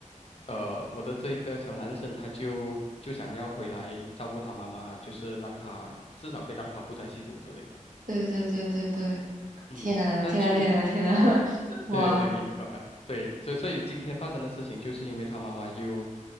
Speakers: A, on the left; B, on the right.
A: 呃，我的这一个小男生他就就想要回来照顾他妈妈，就是让他至少可以让他不再吸毒之类的。
B: 对对对对对，
A: 嗯，
B: 天呐天呐天呐天呐，
A: 但是
B: <laughs> 哇
A: 对对对，你明白。对，所以所以今天发生的事情，就是因为她妈妈又